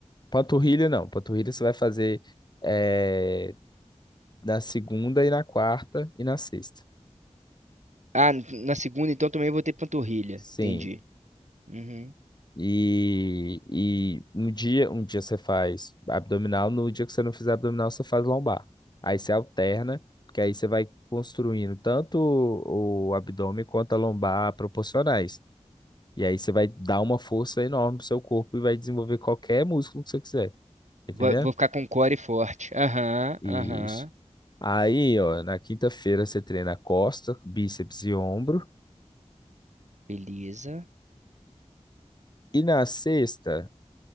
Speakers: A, on the left; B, on the right.
A: Panturrilha não. Panturrilha você vai fazer eh, na segunda e na quarta e na sexta.
B: Ah, n- na segunda então também vou ter panturrilha.
A: Sim.
B: Entendi. Uhum.
A: E, e um dia, um dia você faz abdominal, no dia que você não fizer abdominal, você faz lombar. Aí você alterna, porque aí você vai construindo tanto o, o abdômen quanto a lombar proporcionais. E aí você vai dar uma força enorme pro seu corpo e vai desenvolver qualquer músculo que você quiser. Entendeu?
B: Vou, vou ficar com core forte. Aham,
A: Isso.
B: aham.
A: Aí, ó, na quinta-feira você treina costa, bíceps e ombro.
B: Beleza.
A: E na sexta,